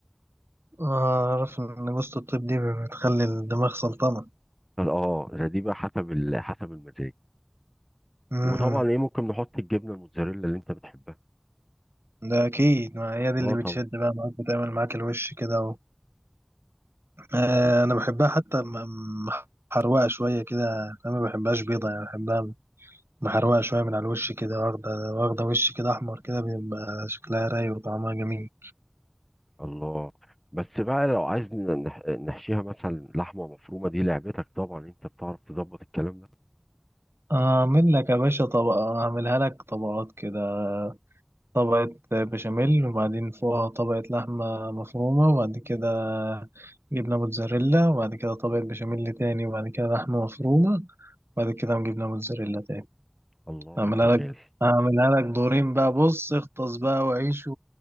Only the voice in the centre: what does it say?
اه ده دي بقى حسب ال- حسب المزاج
وطبعا ايه ممكن نحط الجبنة الموتزاريلا اللي انت بتحبها
اه
طبعا
وت-
الله بس بقى لو عايز نح- نحشيها مثلا لحمة مفرومة دي لعبتك طبعا انت بتعرف تظبط الكلام ده
الله
على الجمال